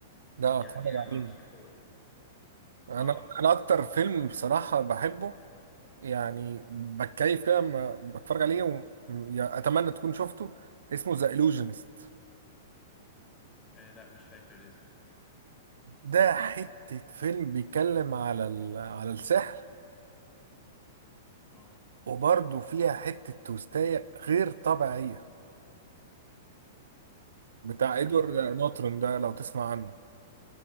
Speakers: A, on the right; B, on the left.
A: ده
B: يعني
A: اتفرج
B: أرشحهولك
A: عليه انا
B: آه
A: انا اكتر فيلم بصراحة بحبه يعني بتكيف كده لما بتفرج عليه و... يعني اتمنى تكون شفته اسمه ذا illusionist
B: آه، لا مش فاكر الاسم
A: ده حتة فيلم بيتكلم على ال... على السحر
B: آه
A: وبرضه فيها حتة توستاية غير طبيعية بتاع
B: ده
A: إدوارد نورتون ده لو تسمع عنه